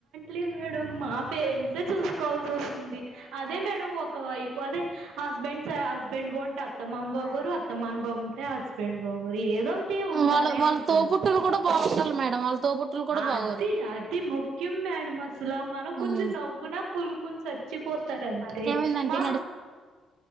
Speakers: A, on the right (about 85°); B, on the right (about 55°).
A: లేం మేడం మా పేరెంట్సే చూసుకోవాల్సి వస్తుంది అదే మేడం ఒక వైపు అదే ఆ హస్బెండ్స్ స హస్బెండ్ బాగుంటే అత్తమామ బాగోరు అత్తమామ బాగుంటే హస్బెండ్ బాగోరు ఏదో ఒకట్ టి అంటానే
B: వాళ్ళ వాళ్ళ
A: ఉంటది
B: తోబుట్టులు కూడా బాగుంటారు మేడం వాళ్ళ తోబుట్టులు కూడా
A: అది
B: బాగోరు
A: అది ముక్ ఖ్యం మేడం అసలా మనం కొంచెం
B: ఉమ్
A: నవ్వినా కుళ్ళుకొని చచ్చిపోత్. తంతే
B: ఏమైందండి
A: మా.